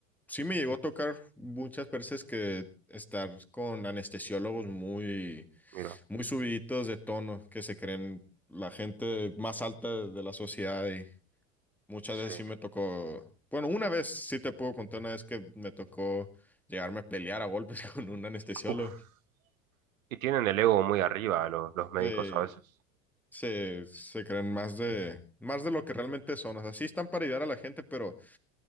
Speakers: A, in the centre; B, on the right (about 80°).
A: sí me llegó a tocar muchas veces que estar con anestesiólogos muy,
B: Mira,
A: muy subiditos de tono, que se creen la gente más alta de la sociedad y muchas
B: sí.
A: veces sí me tocó, bueno, una vez sí te puedo contar una vez que me tocó llegarme a pelear a golpes <laughs> con un anestesiólogo.
B: Uf. Y tienen el ego muy arriba los, los médicos
A: Se,
B: a veces.
A: se, se creen más de, más de lo que realmente son. O sea, sí están para ayudar a la gente, pero